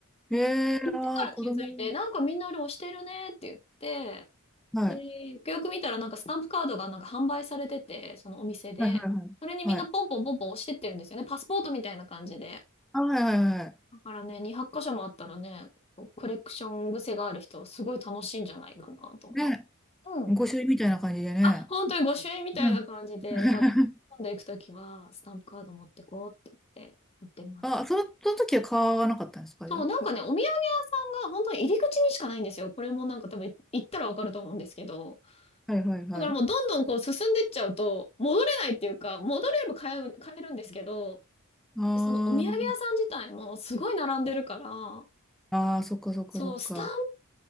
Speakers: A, on the left; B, in the centre.
A: で、
B: へえ、
A: 行ってから気づいて、
B: ああ、子供。
A: なんかみんなあれ押してるねって言って、
B: はい。
A: で、よくよく見たらなんかスタンプカードがなんか販売されてて、そのお店で、
B: はいはいはい。
A: それにみんなポンポンポンポン押してってるんですよね。
B: はい。
A: パスポートみたいな感じで。
B: あ、はいはいはい。
A: だからね、200箇所もあったらね、こうコレクション癖がある人はすごい楽しいんじゃないかなと思って。
B: ね、御朱印みたいな感じでね。
A: うん。あ、本当に御朱印みたいな感じで、
B: うん。<laughs>
A: だから今度行くときはスタンプカード持ってこうって言って、売ってます。
B: あ、その、その時は買わなかったんですかじゃあ。
A: そう、なんかね、お土産屋さんが本当に入り口にしかないんですよ。これもなんか多分い行ったらわかると思うんですけど。
B: はいはいはい。
A: だからもうどんどんこう進んでっちゃうと、戻れないっていうか、戻れれば買える、買えるんですけど、
B: あ
A: でそのお土産屋さん自体もすごい並んでるから、
B: あ、ああ、そっかそっかそっか。
A: そう、スタン